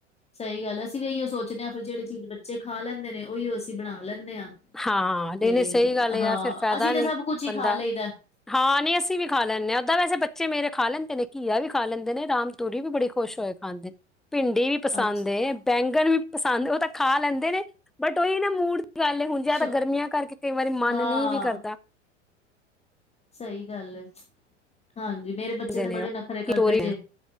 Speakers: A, on the left; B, in the centre.
A: ਸਹੀ ਗੱਲ ਅਸੀਂ ਵੀ ਇਹੀਓ ਸੋਚਦੇ ਹਾਂ- ਫਿਰ ਜਿਹੜੀ ਚੀਜ਼ ਬੱਚੇ ਖਾ ਲੈਂਦੇ ਨੇ ਉਹੀ ਅਸੀਂ ਬਣਾ ਲੈਂਦੇ ਹਾਂ
B: ਹਾਂ ਨਹੀਂ
A: ਤੇ'
B: ਨਹੀਂ ਸਹੀ ਗੱਲ
A: ਹਾਂ
B: ਆ ਫਿਰ ਫਾਇਦਾ
A: ਅਸੀਂ ਤਾਂ
B: ਨੀ
A: ਸਭ ਕੁਛ ਹੀ
B: ਬੰਦਾ
A: ਖਾ ਲਈ ਦਾ
B: ਹਾਂ ਨਹੀਂ ਅਸੀਂ ਵੀ ਖਾ ਲੈਂਦੇ ਹਾਂ ਓਦਾਂ ਵੈਸੇ ਬੱਚੇ ਬੱਚੇ ਮੇਰੇ ਖਾ ਲੈਂਦੇ ਨੇ ਘੀਆ ਵੀ ਖਾ ਲੈਂਦੇ ਨੇ, ਰਾਮ ਤੂਰੀ ਵੀ ਬੜੀ ਖੁਸ਼ ਹੋਏ ਖਾਂਦੇ ਨੇ ਭਿੰਡੀ ਵੀ ਪਸੰਦ
A: ਅੱਛਾ
B: ਹੈ ਬੈਂਗਣ ਵੀ ਪਸੰਦ ਉਹ ਤਾਂ ਖਾ ਲੈਂਦੇ ਨੇ ਬਟ ਉਹੀ ਨਾ ਮੂਡ ਦੀ ਗੱਲ ਹੁੰਦੀ ਜਿਆਦਾ
A: ਸ਼ੌ
B: ਗਰਮੀਆਂ ਕਰਕੇ ਕਈ ਵਾਰੀ ਮਨ
A: ਹਾਂ
B: ਨਹੀਂ ਵੀ ਕਰਦਾ
A: ਸਹੀ ਗੱਲ ਹੈ। ਹਾਂਜੀ ਮੇਰੇ ਬੱਚੇ
B: ਹੁੰਦੇ
A: ਤੇ
B: ਨੇ
A: ਬੜੇ
B: ਉਹ
A: ਨਖਰੇ
B: ਕਿ
A: ਕਰਦੇ
B: ਤੋਰੀ
A: ਜੇ